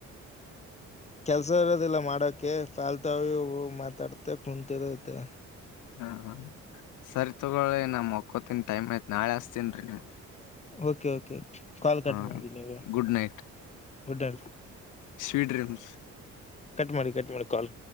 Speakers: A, on the left; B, on the left.
A: ಕೆಲ್ಸ ಇರೋದಿಲ್ಲ ಮಾಡಕೆ ಫಾಲ್ತಾವವು ಮಾತಾಡ್ತ ಕುಂತಿರುತ್ತೆ
B: ಹಾ ಹ ಸರಿ ತಗೊಳಿ ನಾ ಮಕೋತೀನ್ರೀ ಟೈಮ್ ಆಯ್ತ್ ನಾಳೆ ಅಸ್ತನ್ ರೀ ನೀವ್
A: ಓಕೆ ಓಕೆಓಕ ಕಾಲ್ ಕಟ್
B: ಹಾ
A: ಮಾಡಿ ನೀವೆ
B: good night
A: good R
B: sweet dreams
A: cut ಮಾಡಿ ಕಟ್ ಮಾಡರಿ ಕಾಲ್